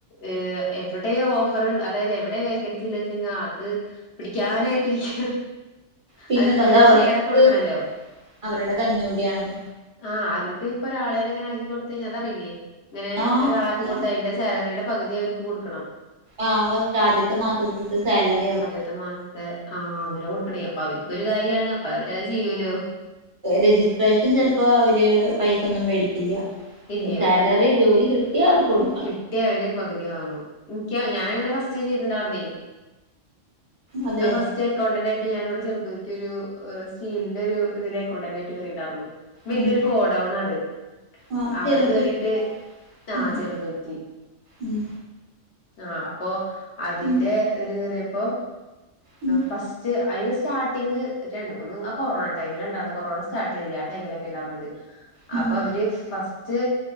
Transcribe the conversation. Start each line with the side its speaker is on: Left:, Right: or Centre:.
Left: ഏ എവിടെ ഓഫർ അതായത് എവിടെ വേക്കൻസില്ല വെച്ചെങ്കാ അത് പിടിക്കാനായിട്ടിരിക്ക
Right: പിന്നെന്താ
Left: അവർക്ക് ഇങ്ങനെ
Right: അത് അവർക്ക്
Left: ഷെയർ ഒക്കെ കൊടുക്കണല്ലോ
Right: അവരുടെ കഞ്ഞൂടിയാണ്
Left: ആഹ് അവർക്ക് ഇപ്പൊ ഒരാളെനെ എങ്ങനെ ആക്കി കൊടുത്ത കഴിഞ്ഞാ അത അറിയില്ലേ അങ്ങനെ
Right: ആഹ്
Left: ഒരാളാക്കി
Right: പിന്നെന്താ
Left: കൊടുത്ത അതിന്റെ സാലറിയുടെ പകുതി അവർക്ക് കൊടുക്കണം
Right: ആ ഫസ്റ്റ് ആദ്യത്തെ മാസത്തിത്തെ സാലറി ആവും
Left: സ്‌റ്റ മാസത്തെ ആഹ് അങ്ങനെ കൊടുക്കണേ അപ്പൊ അവർക്ക്ൊരു കാര്യമാണ് അപ്പൊ അവര്ത് ചെയ്യൂല്ലോ
Right: രജിസ്ട്രേഷൻ ചിലപ്പോ അവര് പൈസൊന്നും മേടിക്കില്ല
Left: ഇല്ല്യ
Right: സാലറി ജോലി കിട്ടിയാ അവർക്ക് കൊടുക്കും
Left: കിട്ടിയഅവര് പകുതി വാങ്ങും എനിക്ക ഞാാനങ്ങനെ ഫസ്റ്റ് ചെയ്തിണ്ടരുന്നേ
Right: അതെ
Left: ഇപ്പോ ഫസ് അക്കൗണ്ടന്റ ആയിട്ട് ഞാന ഇവിടെ ചെറുതിരുത്തി ഒരു സീലിന്റെ ഒരു ഇതില് അക്കൗണ്ടന്റായിട്ട് കയറിയിണ്ടായിരുന്നു വലിയൊരു
Right: ഉം
Left: ഗോ ടൗണാണ് അത്
Right: ആഹ്
Left: അവിടെ
Right: ചെറുതുരുത്തി
Left: കേറിട്ട് ആ
Right: ഉം
Left: ചെറുതുരുത്തി
Right: ഉം
Left: അ അപ്പോ അതിന്റെ
Right: ഉം
Left: അപ്പൊ
Right: ഉം
Left: ഫസ്റ്റ് അതിന് സ്റ്റാർട്ടിംഗ് രണ്ട മൂന്നും ആ കൊറോണ ടമിലണ്ടായിരുന്നു കൊറോണ സ്റ്റാർ് ചെയ്തില്ല ആ ടൈമിലൊക്കെ ഉണ്ടായിരുന്നത്
Right: ഉം
Left: അപ്പൊ അവര് ഫസ്റ്റ്